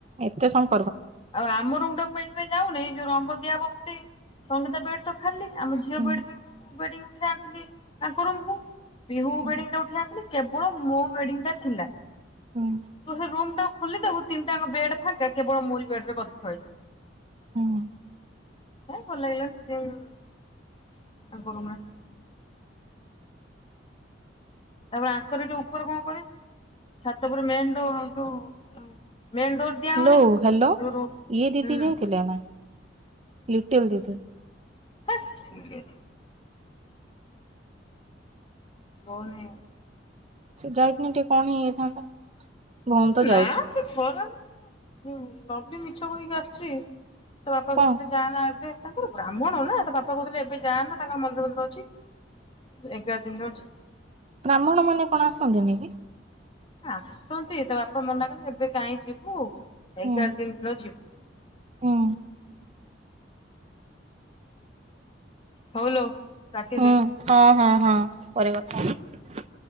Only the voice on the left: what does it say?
ଆଉ ଆମ ରୁ ମୁ ତ ଏଇଥିପାଇଁ ଯାଉନି ଯୋଉ ରଙ୍ଗ ଦିଆ ବହୁଛି ସଙ୍ଗୀତା ବେଟ ତ ଖାଲି ଆମ ଝିଅ
ବ <unintelligible> <unintelligible> ତାଙ୍କ ରୁମ କୁ ବିିହୁ
ବେଡିଂ ଯଉଠି ଆସିଲି। କେବଳ ମୋ ୱେଡିଙ୍ଗ ଟା ଥିଲା।
ତୁ ସେ ରୁମ ଟାକୁ ଖୋଲିଦବୁ ତିନିଟା ବେଡ ଫାଙ୍କ କେବଳ ମୁୋ ବେଡ ରେ ଗଦି ଥୁଆ ହେଇଚି।
ହେ ଭଲ ଲାଗିଲାନି ସେ ତାଙ୍କ ରୁମରେ। ତାପରେ ଆଙ୍କର ଯଉ <unintelligible> ଛାତ ଉପରେ ମେନ ଡୋର ଯୋଉ ଦିଆ
ହଉନି
ରୁ
ହୁଁ
ହାସ୍ ସିଏ ଜି ହୁଉନି।
ନା ସେ ଖରାରେ ହୁଁ ନବି ମିଛ କହିକି ଆସଛି। ତା ବାପା
କୋଉଥିଲେ ଯାନା ଏବେ ତାଙ୍କର ବ୍ରାହ୍ମଣ ନା ତା ବାପା କହୁଥିଲେ ଏବେ ଯାଆ ନା ତାଙ୍କ ମନ୍ଦିର ଫନ୍ଦିର ଅଛି ଏଗାର ଦିନରେ ଯିବୁ।
ଆଁ ଆସୁଛନ୍ତି ତ ବାପା ମନା କଲେ ଏବେ କାହିଁ ଯିବୁ
ଏଗାର ଦିନ ର ଯିବୁ।
ହଉଲୋ କାଟିଦେ।